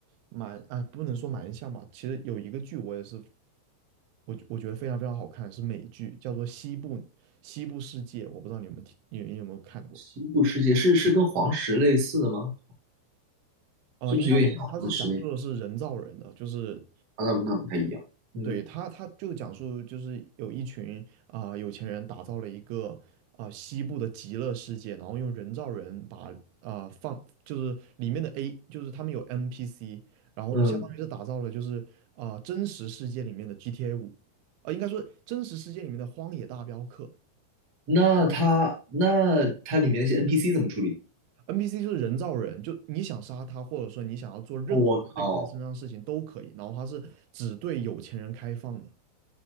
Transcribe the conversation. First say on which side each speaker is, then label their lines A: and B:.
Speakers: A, on the right; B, on the right.
A: 蛮哎不能说蛮像吧，其实有一个剧我也是我觉我觉得非常非常好看，是美剧，叫做《西部西部世界》，我不知道你们有听，你有你有没有看过？
B: 西部世界是是跟黄石类似的吗？
A: 哦，
B: 是不是有点像黄石那个
A: 应该它是讲述的是人造人的，就是
B: 啊，那那不太一样。嗯
A: 对他，他就讲述就是有一群啊、有钱人打造了一个啊、西部的极乐世界，然后用人造人把啊、放就是里面的 A 就是他们有 NPC，然后呢相当于是打造了就是啊、
B: 嗯，
A: 真实世界里面的 GTA 五，啊、应该说真实世界里面的荒野大镖客
B: 那它那它里面那些 NPC 怎么处理？
A: ，NPC 就是人造人，就你想杀他或者说你想要做任何对他身上的事情都可以，
B: 我靠，
A: 然后他是只对有钱人开放的。